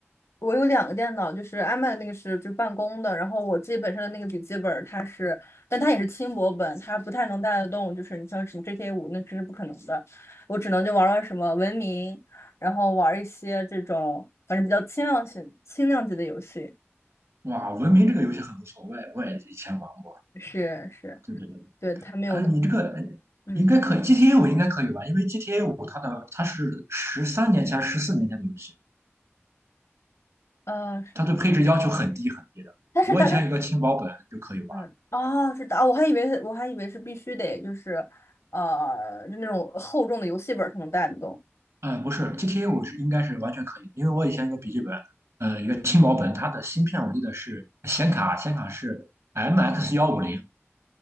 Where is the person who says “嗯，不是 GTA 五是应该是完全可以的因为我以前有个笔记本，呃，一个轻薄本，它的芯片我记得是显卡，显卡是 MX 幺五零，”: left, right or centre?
Right